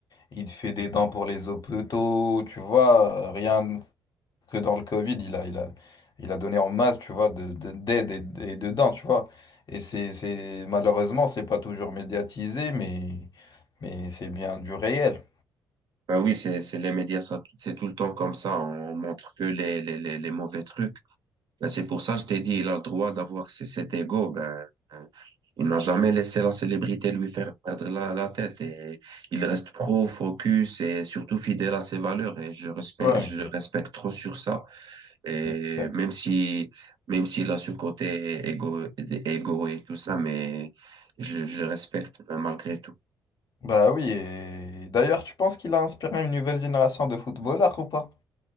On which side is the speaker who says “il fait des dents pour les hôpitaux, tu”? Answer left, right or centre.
Left